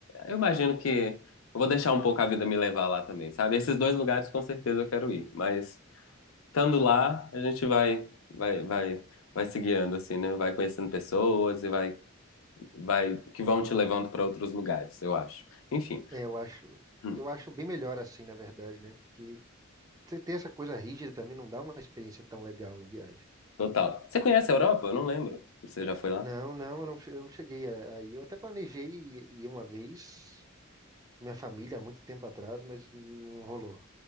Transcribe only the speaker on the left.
eu imagino que eu vou deixar um pouco a vida me levar lá também, sabe? Esses dois lugares com certeza eu quero ir, mas estando lá, a gente vai vai vai vai se guiando assim, né? Vai conhecendo pessoas e vai vai que vão te levando para outros lugares, eu acho. Enfim,
hum,
total. Você conhece a Europa? Eu não lembro. Você já foi lá?